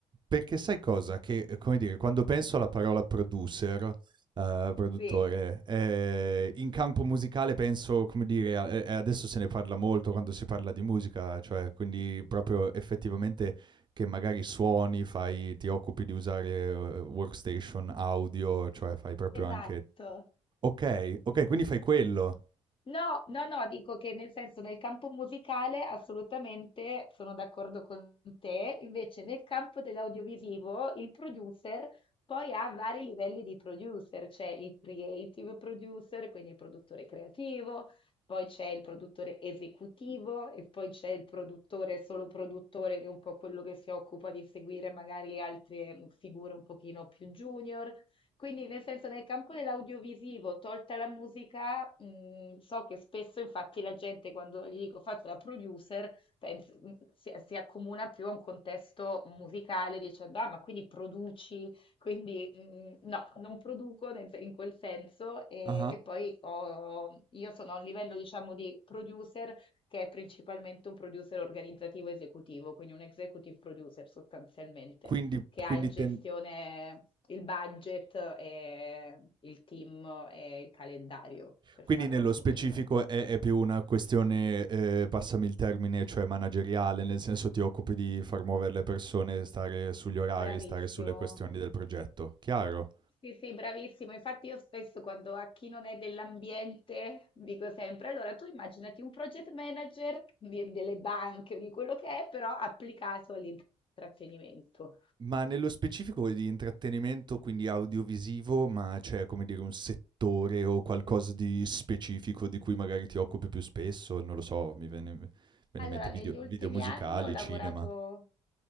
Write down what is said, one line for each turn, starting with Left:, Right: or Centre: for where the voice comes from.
Right: perché sai cosa? Che, eh, come dire, quando penso alla parola producer, uhm, produttore,
Left: Sì,
Right: ehm, in campo musicale penso, come dire, a e e adesso se ne parla molto quando si parla di musica, cioè quindi proprio effettivamente che magari suoni, fai ti occupi di usare, uhm, workstation, audio, cioè fai proprio
Left: esatto.
Right: anche okay, okay, quindi fai quello.
Left: No, no, no, dico che nel senso nel campo musicale assolutamente sono d'accordo con te, invece nel campo dell'audiovisivo il producer poi ha vari livelli di producer, c'è il creative producer, quindi il produttore creativo, poi c'è il produttore esecutivo e poi c'è il produttore solo produttore che è un po' quello che si occupa di seguire magari altre mm, figure un pochino più junior. Quindi, nel senso, nel campo dell'audiovisivo, tolta la musica, mh, so che spesso, infatti, la gente quando gli dico faccio la producer, pensa- mh, si, si accomuna più a un contesto musicale, dicendo, ah, ma quindi produci, quindi mh, no, non produco nel- in quel senso, e,
Right: Ah-ah.
Left: e poi ho- io sono a un livello, diciamo, di producer che è principalmente un producer organizzativo esecutivo, quindi un executive producer sostanzialmente
Right: Quindi
Left: che
Right: quindi
Left: ha in gestione
Right: ten
Left: il budget e il team e il calendario, per
Right: Quindi
Left: farla
Right: nello
Left: un pochino.
Right: specifico è è più una questione, ehm, passami il termine, cioè manageriale, nel senso ti occupi di far muovere le persone, stare sugli orari,
Left: Bravissimo.
Right: stare sulle questioni del progetto. Chiaro.
Left: Sì, sì, bravissimo. Infatti io spesso quando a chi non è dell'ambiente dico sempre, allora tu immaginati un project manager di- delle banche o di quello che è, però applicato all'intrattenimento.
Right: Ma nello specifico di intrattenimento, quindi audiovisivo, ma c'è, come dire, un settore o qualcosa di specifico di cui magari ti occupi più spesso? Non lo so, mi viene mi viene
Left: Allora,
Right: in mente video
Left: negli ultimi
Right: video musicali,
Left: anni ho lavorato
Right: cinema.